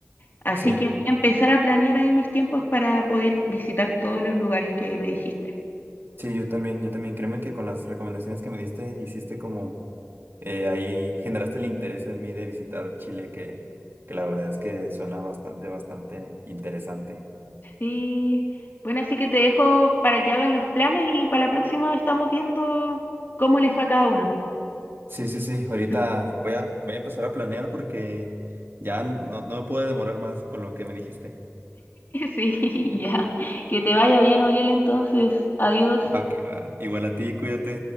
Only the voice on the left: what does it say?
Así
que voy a empezar a planear ahí mis tiempos para poder visitar todos los lugares que me dijiste.
Sí. Bueno, así que te dejo para que hagan los planes y para la próxima estamos viendo cómo le fue a cada uno.
<laughs>
Sí, ya. Que te vaya bien, Uriel, entonces. Adiós.